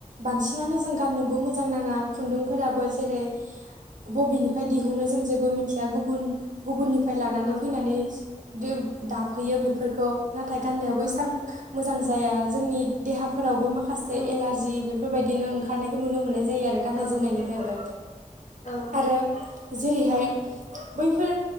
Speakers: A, on the right (about 65°); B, on the left (about 60°).
A: बांसिनानो जों गांननोबो मोजां नांङा खुनदुं फोराबो जेरै बबेनिफ्राय दिहुनो जों जेबो मिथिया गुबन गुबनि फ्राय लानानै
B: औ
A: फैनानै देब-दाफैयो बेफोरखौ नाथाय गाननायाव
B: औ
A: एसेबां मोजां जाया जोंनि देहाफोरावबो माखासे
B: औ
A: एलारजि बेफोरबायदिनो ओंखारनायखौ नुनो मोननाय जायो आरो गानाय
B: औ
A: जोमनायनिफ्रायबो
B: औ
A: आरो जेरैहाय बैफोर